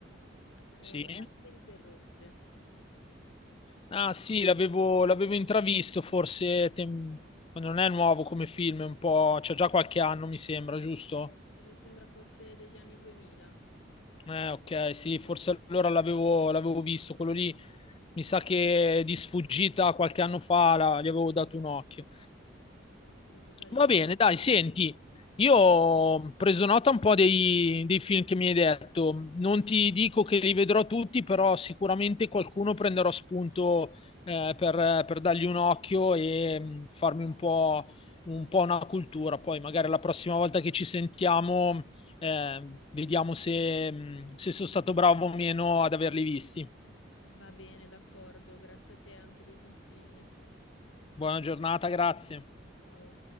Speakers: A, on the left; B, on the left.
A: è
B: Sì.
A: Ragazze interrotte,
B: Ah sì, l'avevo l'avevo intravisto, forse tem- non è nuovo come film, è un po', c'è già qualche anno, mi sembra, giusto?
A: e mi sembra fosse degli anni 2000,
B: Eh, ok, sì, forse allora l'avevo l'avevo visto, quello lì mi sa che di sfuggita qualche anno fa la- gli avevo dato un occhio.
A: molto carino.
B: Va bene, dai, senti, io ho preso nota un po' dei, dei film che mi hai detto. Non ti dico che li vedrò tutti, però sicuramente qualcuno prenderò spunto eh, per, per dargli un occhio e mh, farmi un po', un po' una cultura. Poi magari la prossima volta che ci sentiamo, eh, vediamo se, mh, se sono stato bravo o meno ad averli visti.
A: Va bene, d'accordo, grazie a te anche dei consigli.
B: Buona giornata, grazie.
A: Ciao.